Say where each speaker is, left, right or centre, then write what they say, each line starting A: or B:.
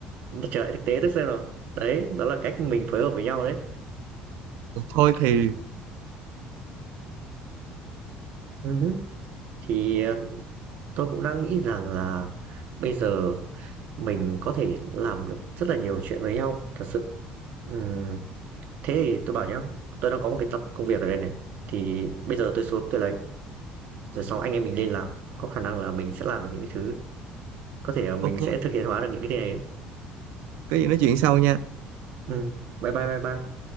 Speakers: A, on the right; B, on the right.
A: trở lại thực tế tôi xem nào đấy đó là cách mình phối hợp với nhau đấy
B: thôi thì
A: Ừ hứ. thì ờ, tôi cũng đang nghĩ rằng là bây giờ mình có thể làm được rất là nhiều chuyện với nhau thật sự Ừm, thế thì tôi bảo nhá tôi đang có một cái tập công việc ở đây này thì bây giờ tôi xuống tôi lấy rồi sau anh em mình lên làm có khả năng là mình sẽ làm được những cái thứ có thể là mình
B: ok
A: sẽ thực hiện hóa được những cái thứ này đấy.
B: có gì nói chuyện sau nha
A: Ừm, bye bye bye bye